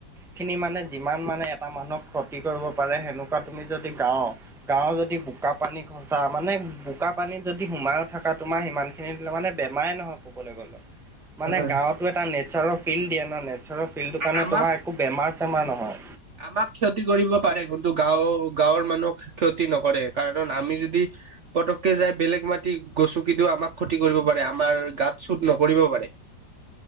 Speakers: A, in the centre; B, on the right.
A: খিনি মানে যিমান মানে এটা মানুহক ক্ষতি কৰিব পাৰে সেনেকুৱা তুমি যদি গাও, গাঁৱৰ যদি বোকা পানী খ সঁচা মানে বোকা পানীত যদি সোমাইো থকা তোমাৰ সিমানখিনি মানে বেমাৰে নহয় ক'বলে। মানে
B: হয়।
A: গাঁৱতো এটা নোৰৰ ফিল্ড দিয়ে ন। নেচাৰৰ ফিল্ডৰ কাৰণে
B: আমাক
A: তোমাৰ একো বেমাৰ চেমাৰ নহয়।
B: আমাক ক্ষতি কৰিব পাৰে কিন্তু গাঁওৰ-গাঁৱৰ মানুহ ক্ষতি নকৰে। কাৰণ আমি যদি পতককে যাই বেলেগ মাটি গছো কিন্তও আমাক ক্ষতি কৰিব পাৰে আমাৰ গাত চুত নকৰিব পাৰে।